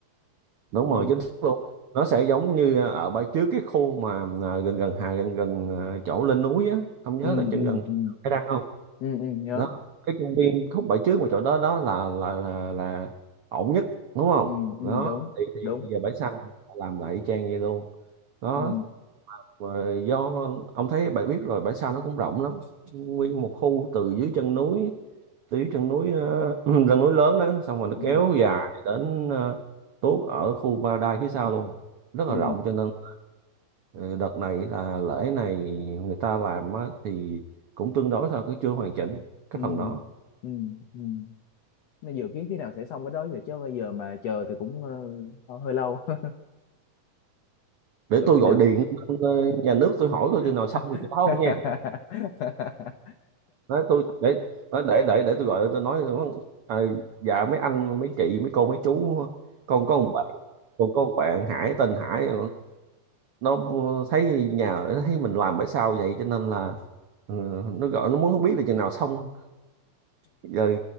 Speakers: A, on the right; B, on the left.
A: đúng
B: ừ
A: rồi chính xác luôn nó sẽ giống như à, ở bãi trước cái khu mà à, gần gần hà gần gần à, chỗ lên núi á ông nhớ
B: ừ
A: là chừng
B: ừ
A: gần
B: ừ
A: cái đăng không
B: ừ, ừ nhớ
A: đó cái công viên khúc bãi trước mà chỗ đó đó là là là là ổn nhất đúng không
B: ừ ừ
A: đó
B: đúng
A: thì thì
B: đúng
A: bây giờ bãi sau họ làm lại y chang vậy luôn đó
B: ừ
A: và do ông thấy bạn biết rồi bãi sau nó cũng rộng lắm nguyên một khu từ dưới chân núi từ dưới chân núi uh, <clears throat> chân núi lớn đó xong rồi nó
B: ừ
A: kéo dài đến ờ, tuốt ở khu Paradise phía sau luôn rất
B: ừ
A: là rộng cho nên ờ, đợt này là lễ này người ta làm á, thì cũng tương đối thôi cứ chưa hoàn chỉnh cái
B: ừ
A: phần đó
B: ừ ừ nó dự kiến khi nào sẽ xong cái đó giờ chứ bây giờ mà chờ thì cũng ờ, hơi lâu <laughs>
A: để
B: cỡ
A: tôi
B: khi
A: gọi
B: nào
A: điện lên, ờ, nhà nước tôi hỏi coi chừng
B: <laughs>
A: nào xong thì tôi báo ông nha Nói tôi để nói để để để tôi gọi tôi nói à, dạ mấy anh mấy chị mấy cô mấy chú con có một bạn con có một bạn Hải tên Hải nó thấy nhà thấy mình làm bãi sao vậy cho nên là ừ, nó gọi nó muốn không biết là chừng nào xong giờ